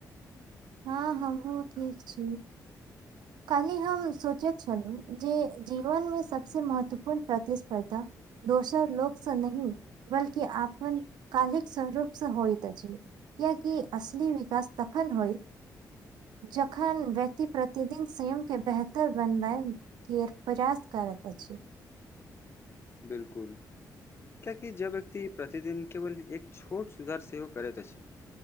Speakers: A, on the right; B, on the left.
A: ह हमहु ठीक छी। काल्हि हम सोचैत छलहुँ। जे जीवनमे सभसँ महत्वपूर्ण प्रतिस्पर्धा। दोसर लोकसँ नहि, बल्कि आ। कलिक संजोग से होइत अछि क्यकि। असली विकास तखन होई। जखन व्यक्त प्रतिदिन। स्वयमके बेहतर बनबैके प्रयास करैत अछि।
B: बिल्कूल। कियाकि जब व्यक्ति प्रतिदिन केवल एक छोट सुधार सेहो करैत अछि।